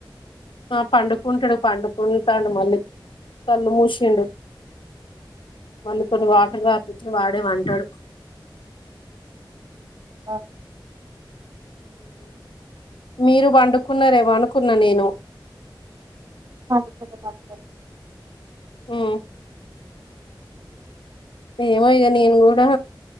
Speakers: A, on the left; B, on the right.
A: ఆ పండుకుంటాడు పండుకుంటాడు మళ్ళీ కళ్ళు మూసిండు మళ్ళీ కొన్ని వాటలు రాతుచ్చ వాడే పంటడు
B: ఆ
A: మీరు పండుకున్నారేమో అనుకున్నా నేను
B: అక క్
A: ఆ ఏమో ఇగ నెన్ కూడా